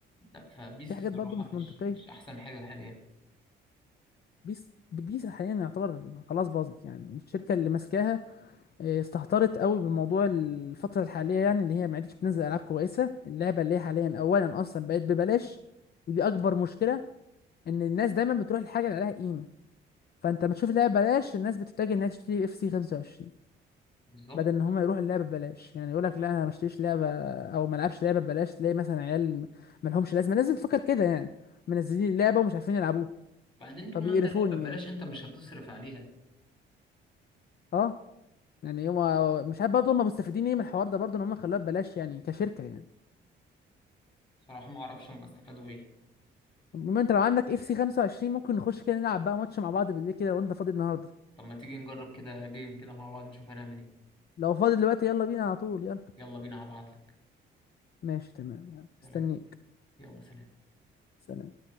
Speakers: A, on the left; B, on the left.
A: لا فبيس
B: في
A: الصراحة
B: حاجات برضه مش
A: مش
B: منطقيه
A: مش أحسن حاجة حاليا
B: بيس بيس حاليا يعتبر خلاص باظت يعني الشركه اللي ماسكاها آه، استهترت قوي بموضوع الفتره الحاليه يعني اللي هي ما عادتش بتنزل العاب كويسه اللعبه اللي هي حاليا اولا اصلا بقت ببلاش ودي اكبر مشكله ان الناس دايما بتروح الحاجه اللي عليها قيمه فانت ما تشوف لعبه ببلاش الناس بتتجه انها تشتري اف سي 25
A: بالظبط
B: بدل ان هم يروحوا اللعبه ببلاش يعني يقول لك لا انا ما اشتريش لعبه او ما العبش لعبه ببلاش تلاقي مثلا عيال م- ما لهمش لازمه لازم تفكر كده يعني منزلين اللعبه ومش عارفين يلعبوها
A: بعدين طول
B: فبيقرفوني
A: ما أنت اللعبة ببلاش
B: يعني
A: أنت مش هتصرف عليها
B: اه يعني هما مش عارف برضه هم مستفيدين ايه من الحوار ده برضه ان هم خلوها ببلاش يعني كشركه يعني
A: صراحة ما أعرفش هم استفادوا إيه
B: المهم انت لو عندك اف سي 25 ممكن نخش كده نلعب بقى ماتش مع بعض بالليل كده لو انت فاضي النهارده
A: طب ما تيجي نجرب كده جيم كده مع بعض نشوف هنعمل إيه
B: لو فاضي دلوقتي يلا بينا على طول يلا
A: يلا بينا هبعتلك
B: ماشي تمام يلا
A: سلام
B: مستنيك
A: يلا سلام
B: سلام